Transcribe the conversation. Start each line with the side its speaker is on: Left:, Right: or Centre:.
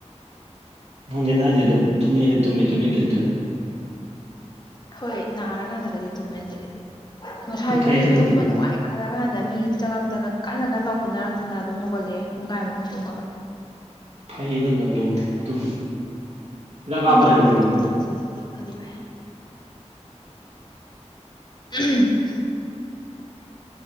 Right: ꯅꯪꯗꯤꯦ ꯅꯅꯥꯏꯁꯦ ꯑꯗꯨꯝ ꯇꯝꯅꯤꯡꯉꯗꯤ ꯇꯨꯝꯃꯤ ꯇꯨꯝꯅꯤꯡꯉꯗꯤ ꯇꯨꯝꯗꯤ
Left: ꯍꯣꯏ ꯅꯥꯔꯀꯥꯟꯗꯒꯗꯤ ꯇꯨꯝꯃꯦ ꯑꯗꯨꯗꯤ ꯉꯁꯥꯏꯖꯨꯅꯤ
Right: ꯐꯩꯗ ꯅꯨꯡꯊꯤꯟ
Left: ꯇꯨꯝꯕ ꯅꯨꯡꯉꯥꯏ ꯈꯜꯂ ꯀꯥꯟꯗ ꯃꯤ ꯆꯪꯉꯛꯇꯅ ꯀꯟꯅ ꯀꯟꯅ ꯂꯥꯎꯈꯠꯅꯔꯛꯇꯅ ꯑꯗꯨꯝ ꯍꯧꯒꯠꯂꯛꯑꯦ ꯄꯨꯡꯒꯥꯏꯃꯨꯛꯇ ꯇꯨꯝꯃꯒ
Right: ꯐꯩꯗ <unintelligible> ꯅꯨꯡꯊꯤꯟ ꯇꯨꯝꯃꯤ ꯍꯤꯗꯥꯛ
Left: ꯅꯨꯡꯊꯤꯟ
Right: ꯀꯥꯞꯄ ꯍꯩꯔꯕ
Left: ꯍꯣꯏ
Right: ꯅꯪꯕꯣ
Left: ꯇꯨꯝꯗꯕꯁꯗꯤ ꯐꯗꯤ ꯐꯩ <unintelligible>